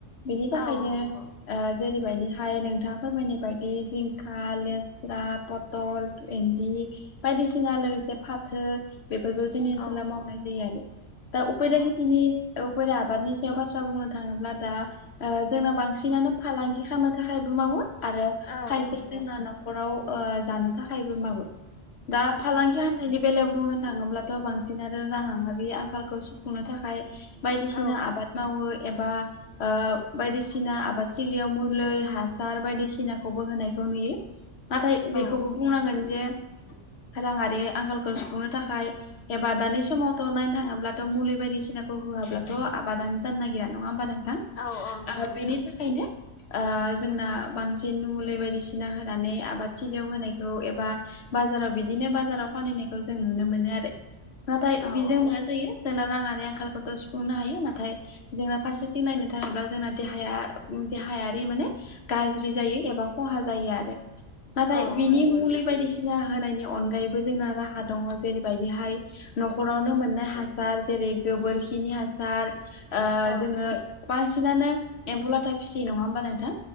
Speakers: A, on the left; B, on the left.
A: बेनि
B: औ
A: थाखायनो
B: औ नंगौ
A: ओ-जेरैबायदिहाय नोंथाङा फोरमायनाय बायदि जिंखा, लेस्रा, फथ थल इन्दि बायदिसिना लोगोसे फाथो बेफोरखौ जोंनि
B: औ
A: ओनसोलाव मावनाय जायो आरो। दा उफेरा
B: औ
A: खेथिनि औफोर आबादनि सायाव बाथ्रा बुंनो थाङोब्ला दा ओ-जोंना बांसिनानो फालांगि खालामनो थाखायबो मावो। आरो
B: औ
A: खायसे
B: औ नंगौ
A: जोंना न'खराव ओ-जानो थाखायबो मावो। दा फालांगि
B: औ
A: हान्नायनि बेलायाव बुंनो थाङोब्लाथ' बांसिन आरो रांङारि आंखालखौ सुफुंनो थाखाय बायदिसिना
B: औ
A: आबाद। मावो एबा। ओ बायदिसिना आबादथिलियाव मुलि हासार बायदिसिनाखौबो होनायखौ नुयो। नाथाय
B: औ
A: बेखौबो बुंनांगोन जे राङारि आंखालखौ सुफुंनो थाखाय। एबा दानि समावथ' नायनो थाङोब्लाथ' मुलि बायदिसिनाखौ होआब्लाथ' आबादानो जानो नागिरा नङा होमबा नोंथां?
B: औ औ नंगौ
A: ओ-बिनि
B: नोंथां
A: थाखायनो ओ-जोंना बांसिन मुलि बायदिसिना होनानै आबाद थिलियाव होनायखौ एबा बाजाराव बिदिनो बाजाराव फानहैनायखौ जों नुनो मोनो आरो। नाथाय
B: औ
A: बेजों
B: औ
A: मा जायो जोंना राङारि आंखालखौथ' सुफुंनो हायो नाथाय जोंना फारसेथिं नायनो थाङोब्ला जोंना देहाया देहायारि माने गाज्रि जायो एबा खहा जायो आरो। नाथाय
B: औ
A: बिनि
B: औ नंगौ
A: मुलि
B: नोंथां
A: बायदिसिना होनायनि अनगायैबो जोंना राहा दङ जेरैबायदिहाय न'खरावनो मोननाय हासार जेरै गोबोरखिनि हासार।
B: औ
A: जोङो बांसिनानो एम्फु लाथा फिसियो नङा होमबा नोंथां?